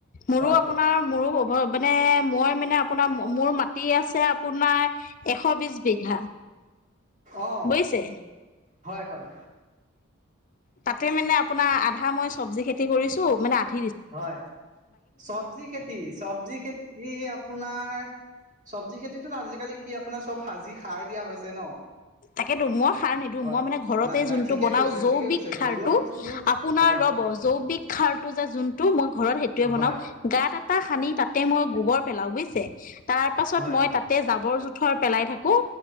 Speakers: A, on the left; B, on the right.
A: মোৰো
B: হয়
A: আপোনাৰ মোৰো মানে মই মানে আপোনাৰ মোৰ মাত মাটি আছে আপোনাৰ এশ বিশ বিঘা।
B: অ
A: বুজিছে?
B: হয়, হয়।
A: তাতে মানে আপোনাৰ আধা মই চৱজি খেতি কৰিছোঁ মানে আধা
B: হয়, চৱজি খেতি, চৱজি খেতি আপোনাৰ চৱজি খেতিতো আজিকালি কি আপোনাৰ চব সাজি সাৰ দিয়া হৈছে ন
A: তাকেতো, মই সাৰ নিদো
B: হয়
A: মই মানে ঘৰতে
B: নাই নাই
A: যোনটো
B: ঠিকে
A: বনাওঁ
B: কৰিছে
A: জৈৱিক
B: ঠিকে কৰিছে
A: সাৰটো
B: ঘৰুৱা বস্তুটো
A: আপোনাৰ
B: হয়
A: ৰ'ব
B: হয়
A: জৈৱিক সাৰটো যে যোন মই ঘৰত সেইটোয়ে বনাওঁ,
B: হয়
A: গাত এটা খানি তাতে মই গোবৰ পেলাও বুইছে? তাৰপাছত
B: হয়
A: মই তাতে যাবৰ জো থৰ পেলাই থাকো,